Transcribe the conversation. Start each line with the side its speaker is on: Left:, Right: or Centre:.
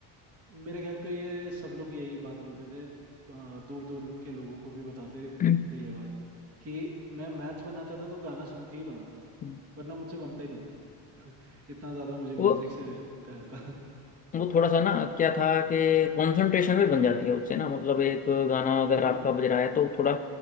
Right: मेरे घर पे ये सब लोग यही बात बोलते थे दूर दूर के लोगों को भी बताते
Left: हम्म,
Right: थे ये बात कि मैं मैथ्स बनाता था तो गाना सुन के ही बनाता था
Left: हम्म।
Right: वरना मुझसे बनता ही नहीं था <laughs> इतना ज्यादा मुझे म्यूजिक
Left: वो
Right: से प्यार था
Left: वो थोड़ा सा ना क्या था कि कंसंट्रेशन भी बन जाती है उससे ना मतलब एक गाना
Right: <laughs>
Left: अगर
Right: बिल्कुल
Left: आपका बज रहा है तो थोड़ा